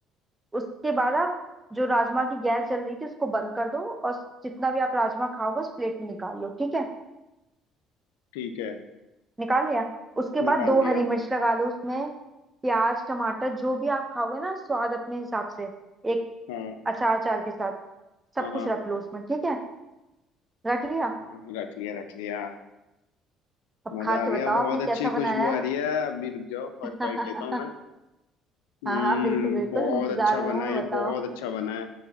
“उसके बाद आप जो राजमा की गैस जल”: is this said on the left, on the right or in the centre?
Right